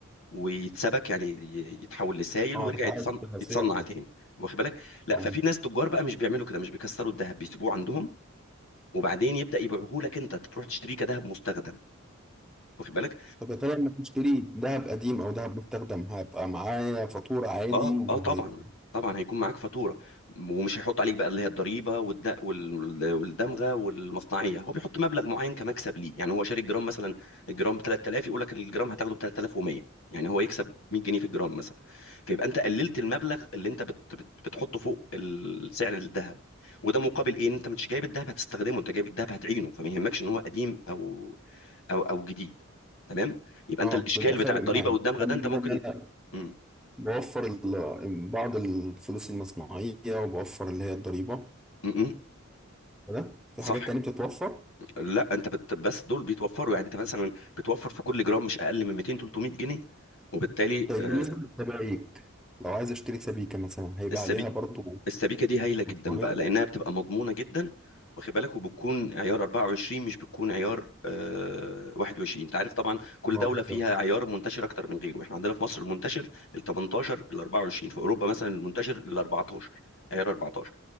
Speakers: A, on the left (about 75°); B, in the centre.
A: ويتسبك يعني ي- يتحول لسائل
B: أه
A: ويرجع
B: بتعاد
A: يتصنع,
B: صياغته
A: يتصنع تاني واخد بالك لا
B: أه
A: ففي ناس تجار بقى مش بيعملوا كده مش بيكسروا الذهب بيسيبوه عندهم وبعدين يبدا يبيعوه لك انت تروح تشتريه كذهب مستخدم واخد بالك
B: طب يا ترى لما أشتري ذهب قديم أو ذهب مستخدم هيبقى معايا فاتورة عادي
A: اه اه
B: وهيبقى
A: طبعا طبعا هيكون معاك فاتوره ومش هيحط عليك بقى اللي هي الضريبه والد... وال... والدمغه والمصنعيه هو بيحط مبلغ معين كمكسب ليه يعني هو شاري الجرام مثلا الجرام ب 3000 يقول لك الجرام هتاخده ب 3100 يعني هو يكسب 100 جنيه في الجرام مثلا فيبقى انت قللت المبلغ اللي انت بت... بت... بتحطه فوق السعر الذهب وده مقابل ايه إن انت مش جايب الذهب هتستخدمه انت جايب الذهب هتعينه فما يهمكش ان هو قديم او او او جديد تمام يبقى
B: أه
A: انت الاشكال
B: مش هيبقى فارق
A: بتاع الضريبه
B: معايا
A: والدمغه
B: أهم
A: ده انت
B: حاجة
A: ممكن
B: إن أنا
A: م-
B: بوفر ال- بعض الفلوس المصنعية وبوفر اللي هي الضريبة
A: م- م.
B: ده في
A: صح
B: حاجات تانية بتتوفر
A: لا انت بت... بس دول بيتوفروا يعني انت مثلا بتوفر في كل جرام مش اقل من 200 300 جنيه وبالتالي
B: طيب
A: آه،
B: بالنسبة للسبائك لو عايز اشتري سبيكة مثلا هيبقى
A: السبي...
B: عليها برضو
A: السبيكه دي هايله جدا
B: معايا
A: بقى لانها بتبقى مضمونه جدا واخد بالك وبتكون عيار 24 مش بتكون عيار آه، 21 انت عارف طبعا كل
B: اه
A: دوله
B: بالظبط
A: فيها عيار منتشر اكتر من غيره احنا عندنا في مصر المنتشر ال 18 ال 24 في اوروبا مثلا المنتشر ال 14 عيار 14